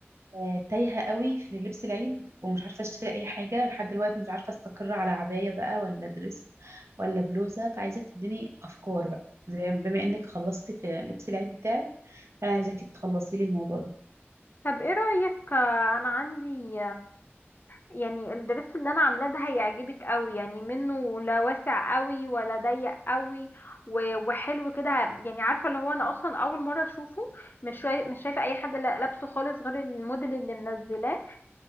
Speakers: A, on the right; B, on the left.
A: آه تايهه قوي في لبس العيد ومش عارفه اشتري اي حاجه لحد دلوقتي مش عارفه استقر على عبايه بقى ولا دريس ولا بلوزه فعايزاك تديني افكار بقى زي بما انك خلصتي في لبس العيد بتاعك فانا عايزاك تخلصي لي الموضوع ده
B: طب ايه رايك آه، انا عندي يعني الدرس اللي انا عاملاه ده هيعجبك قوي يعني منه لا واسع قوي ولا ضيق قوي و- وحلو كده يعني عارفه اللي هو انا اصلا اول مره اشوفه مش شايف مش شايفه اي حد لا- لابسه خالص غير الموديل اللي منزلاه